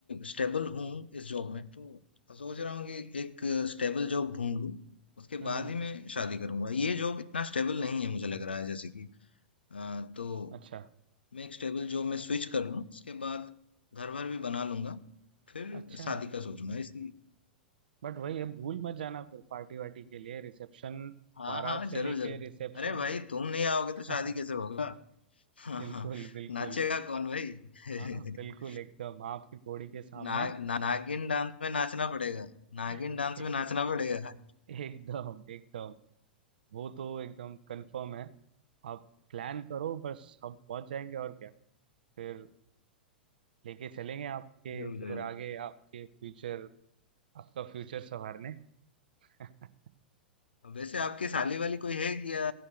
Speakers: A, on the left (about 75°); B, on the right (about 60°).
A: स्टेबल हूँ इस जॉब में तो सोच रहा हूँ कि एक स्टेबल जॉब ढूंढ लूँ उसके
B: हम्म
A: बाद
B: हम्म,
A: ही मैं शादी करूंगा ये जॉब इतना स्टेबल नहीं है मुझे लग रहा है जैसे कि अ, तो
B: अच्छा
A: मैं एक स्टेबल जॉब में स्विच कर लूँ उसके बाद घर भर भी बना लूंगा फिर
B: अच्छा
A: शादी
B: है
A: का सोचूंगा इसी
B: बट वही है भूल मत जाना फिर पार्टी वार्टी के लिए रिसेप्शन
A: हाँ
B: बारात
A: हाँ जरूर
B: से लेके
A: जरूर
B: रिसेप्शन
A: अरे भाई
B: वो
A: तुम नहीं आओगे तो
B: <laughs>
A: शादी कैसे होगा हाँ
B: बिल्कुल
A: हाँ
B: बिल्कुल
A: नाचेगा कौन भाई
B: हाँ बिल्कुल
A: <laughs>
B: एकदम आपकी घोड़ी के सामने
A: ना, ना, नागिन डांस में नाचना पड़ेगा नागिन
B: <laughs>
A: डांस में नाचना पड़ेगा
B: एकदम एकदम वो तो एकदम कंफर्म है आप प्लान करो बस हम पहुंच जाएंगे और क्या फिर लेके चलेंगे आपके
A: जरूर
B: फिर
A: जरूर
B: आगे आपके फ्यूचर आपका फ्यूचर संवारने <laughs>
A: वैसे आपकी साली वाली कोई है कि या